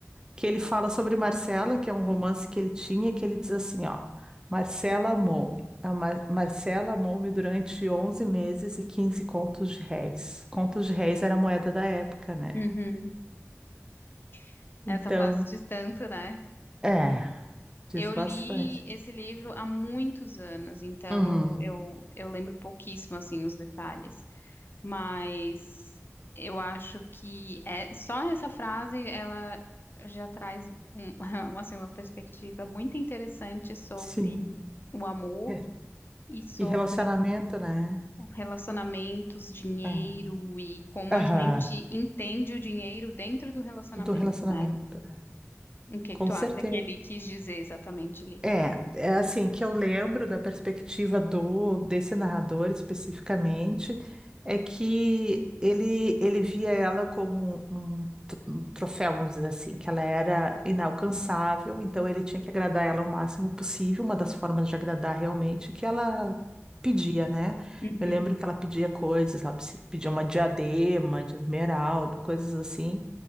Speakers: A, on the right; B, on the left.
A: que ele fala sobre Marcela, que é um romance que ele tinha, que ele diz assim, ó, Marcela amou-me. A Mar- Marcela amou-me durante 11 meses e 15 contos de réis. Contos de réis era a moeda da época, né?
B: Uhum, <laughs> essa
A: Então,
B: frase diz tanto, né?
A: é, diz
B: Eu
A: bastante.
B: li esse livro há muitos anos, então
A: Uhum.
B: eu, eu, eu lembro pouquíssimo, assim, os detalhes. Mas eu acho que é, só essa frase, ela já traz um- <laughs> uma, assim, uma perspectiva muito interessante sobre
A: Sim.
B: o amor
A: É.
B: e sobre
A: E relacionamento, né?
B: relacionamentos, dinheiro
A: É.
B: e como
A: Aham.
B: a gente entende o dinheiro dentro do relacionamento,
A: Do relacionamento.
B: né?
A: é.
B: O que
A: Com
B: que tu
A: certeza.
B: acha que ele quis dizer exatamente ali?
A: É, é assim que eu lembro da perspectiva do desse narrador especificamente, é que ele ele via ela como um, tr- um troféu, vamos dizer assim, que ela era inalcançável, então ele tinha que agradar ela o máximo possível, uma das formas de agradar realmente que ela pedia, né?
B: Uhum,
A: Eu lembro que ela pedia coisas, ela psi- pedia uma diadema de esmeralda, coisas assim,